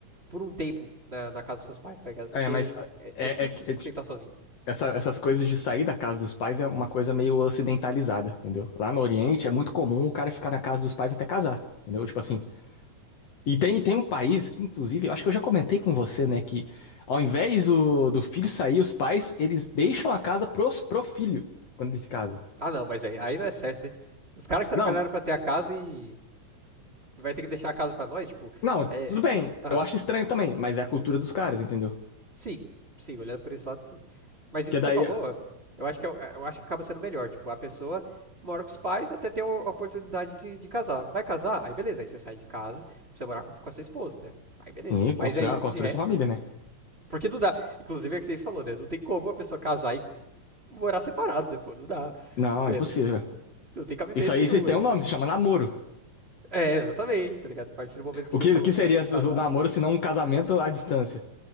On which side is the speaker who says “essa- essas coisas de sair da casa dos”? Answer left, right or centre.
Left